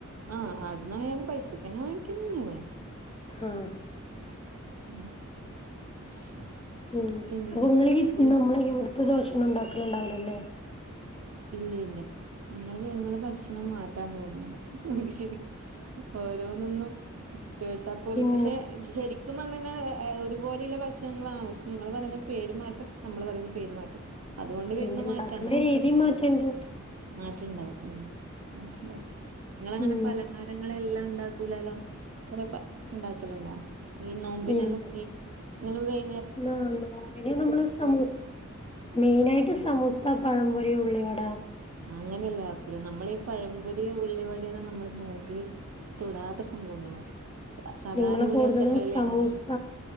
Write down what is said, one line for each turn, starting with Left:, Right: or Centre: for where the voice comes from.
Right: ആഹ് അവ്ട്ന്നായാലും പൈസക്കെന്നെ വാങ്ങിക്ക്ണ ല്ലെ?
Left: ആഹ്
Right: ഉം. <inaudible>
Left: ഉം
Right: പിന്നെ
Left: അപ്പൊ ങ്ങളീ
Right: അത്
Left: നമ്മളെ ഇവ്ട്ത്തെ ദോശന്നു ണ്ടാക്കല്ണ്ടാവൂലലേ?
Right: ഇല്ല ഇല്ല ഇങ്ങള് ഇങ്ങളെ ഭക്ഷണം മാറ്റാൻ തോന്നുണ്ട് <unintelligible> ശെരി. ഓരോന്നൊന്നും കേട്ടാ പോലും
Left: പിൻ
Right: ശെ ശെരി ക്കും പർഞ്ഞയ്ഞ്ഞാ ഒരു പോലെള്ള ഭക്ഷണങ്ങളാ. പഷേ നിങ്ങൾ പറയുന്ന പേരുമാറ്റം നമ്മൾ പറയുന്ന പേരുമാറ്റം. അതുകൊണ്ട്
Left: പിന്നെ
Right: വെര്ന്ന
Left: ഇണ്ടാക്കണ
Right: മാറ്റാ ആന്ന്
Left: രീതി മാറ്റണ്ട്.
Right: മാറ്റണ്ടാവും മ് മാറ്റുണ്ടാവും ഇങ്ങളങ്ങനെ
Left: ഉം
Right: പലഹാരങ്ങളെല്ലാം ഇണ്ടാ കൂലല്ലോ കൊറെ ഇണ്ടാക്കല് ഇണ്ടാ ഈ നോമ്പിനെല്ലം
Left: ഇല്ല
Right: ഈ വൈ
Left: ന്നാ നോമ്പിന് നമ്മള് സമൂസ മെയിനായിട്ട്
Right: ആ
Left: സമൂസ പഴംപൊരി ഉള്ളി വടാ
Right: അങ്ങനെല്ലേ ആക്കൂല നമ്മളീ പഴംമ്പോരിയോ ഉള്ളി വ <unintelligible> നമ്മള് നോമ്പി തൊടാത്ത സംഭവങ്ങളാ. സാധാരണള്ള
Left: നിങ്ങള് കൂടുതലും
Right: ദിവസങ്ങളില്
Left: സമൂസ
Right: അങ്ങന്നെ